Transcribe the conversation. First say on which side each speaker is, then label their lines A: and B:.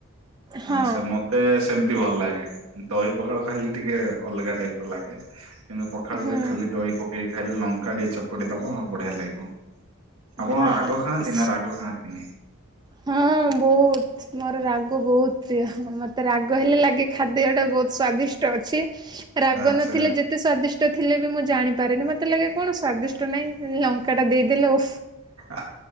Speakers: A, on the right; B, on the right.
A: ହଁ
B: ସେ ମତେ ସେମ ଭଲ ଲାଗେ ଦହି ପଖଳ ଖାଇଲେ ଟିକେ ଅଲଗା ଟାଇପ ର ଲାଗେ କିନ୍ତୁ ପଖାଳିଲେ
A: ହୁଁ
B: ଖାଲି ଦହି ପକେଇକି ଖାଇଲେ ଲଙ୍କା ଟିକେ ଚକୁଟି ଦବା ଆଉ ବଢିଆ ଲାଗିବ ଆପଣ
A: ହଁ
B: ରାଗ ଖାଁନ୍ତି ନା ରାଗ ଖାନ୍ତିନି?
A: ହଁ ବହୁତ ମୋର ରାଗ ବହୁତ ପ୍ରିୟ ମୋତେ ରାଗ ହେଲେ ଲାଗେ ଖାଦ୍ୟଟା ବହୁତ ସ୍ଵାଦିଷ୍ଟ ଅଛି ରାଗ
B: ଆଚ୍ଛା
A: ନଥିଲେ ଯେତେ ସ୍ଵାଦିଷ୍ଟ ଥିଲେ ବି ମୁଁ ଜାଣିପାରେନି ମତେ ଲାଗେ କଣ ସ୍ଵାଦିଷ୍ଟ ନାଇଁ ଲଙ୍କା ଟା ଦେଇଦେଲେ ଓଃ
B: ଆ